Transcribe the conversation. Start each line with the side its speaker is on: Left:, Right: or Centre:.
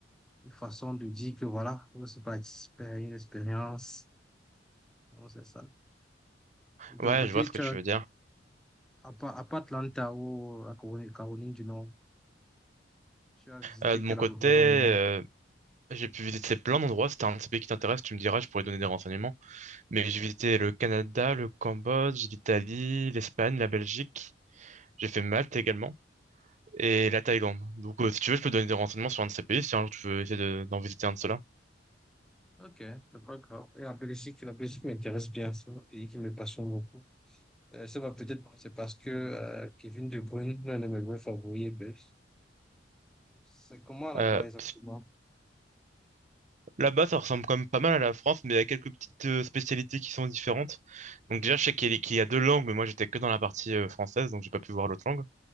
Centre: une façon de dire que voilà, on se participe à une expérience. Donc, c'est ça. De
Right: Ouais,
Centre: ton côté,
Right: je vois ce
Centre: tu
Right: que tu
Centre: as,
Right: veux dire.
Centre: à part, à part Atlanta ou à Caroline, Caroline du Nord, tu as visité
Right: Euh, de
Centre: quel
Right: mon côté,
Centre: endroit
Right: euh,
Centre: dans le monde?
Right: J'ai pu visiter plein d'endroits. Si t'as un de ces pays qui t'intéresse, tu me diras, je pourrais donner des renseignements. Mais j'ai visité le Canada, le Cambodge, l'Italie, l'Espagne, la Belgique. J'ai fait Malte également. Et la Thaïlande. Donc, euh, si tu veux, je peux donner des renseignements sur un de ces pays si un jour tu veux essayer de- d'en visiter un de ceux-là.
Centre: Ok, c'est pas grave. Et la Belgique, la Belgique m'intéresse bien. C'est un pays qui me passionne beaucoup. Euh, ça va peut-être, c'est parce que euh, Kevin De Bruyne, l'un de mes vrais favoris, est belge. C'est comment là-bas
Right: Euh,
Centre: exactement?
Right: parce que là-bas, ça ressemble quand même pas mal à la France, mais il y a quelques petites euh, spécialités qui sont différentes. Donc, déjà, je sais qu'il y, a qu'il y a deux langues, mais moi, j'étais que dans la partie euh, française, donc j'ai pas pu voir l'autre langue.